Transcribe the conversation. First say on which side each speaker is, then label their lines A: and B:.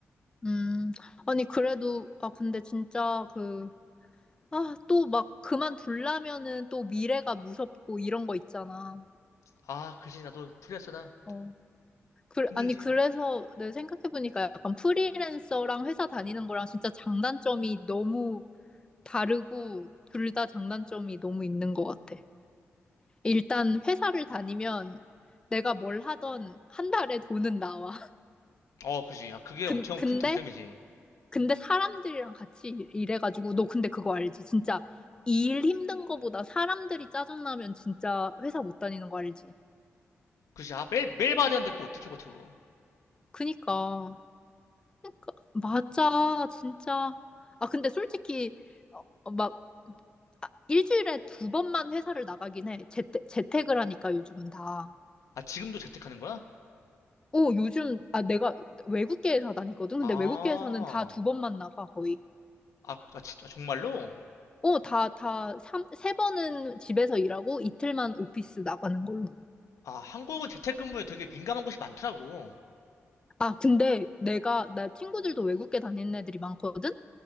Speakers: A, on the left; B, on the left.
A: 음, 아니, 그래도, 아, 근데 진짜 그, 아, 또 막 그만둘라면은 또 미래가 무섭고 이런 거 있잖아.
B: 아, 그지 나도 프리랜서다
A: 어. 그,
B: 힘들지.
A: 아니, 그래서 내 생각해보니까 약간 프리랜서랑 회사 다니는 거랑 진짜 장단점이 너무 다르고 둘 다 장단점이 너무 있는 것 같아. 일단 회사를 다니면 내가 뭘 하던 한 달에 돈은 나와. <laughs>
B: 어, 그지. 아, 그게
A: 근,
B: 엄청
A: 근데
B: 큰 장점이지.
A: 근데 사람들이랑 같이 일- 해가지고 너 근데 그거 알지? 진짜 일 힘든 거보다 사람들이 짜증나면 진짜 회사 못 다니는 거 알지?
B: 그지. 아, 매일 매일 봐야 되는데 그거 어떻게 버텨?
A: 그니까 그니까 맞아 진짜 아 근데 솔직히 어, 어, 막 아, 일주일에 두 번만 회사를 나가긴 해 재택, 재택을 하니까 요즘은 다
B: 아, 지금도 재택하는 거야?
A: 어, 요즘 아 내가 외국계 회사 다니거든
B: 아,
A: 근데 외국계 회사는 다 두 번만 나가 거의
B: 아, 아, 진짜, 정말로?
A: 어, 다, 다, 삼, 세 번은 집에서 일하고 이틀만 오피스 나가는 걸로.
B: 아, 한국은 재택근무에 되게 민감한 곳이 많더라고.
A: 아, 근데 내가, 나 친구들도 외국계 다니는 애들이 많거든?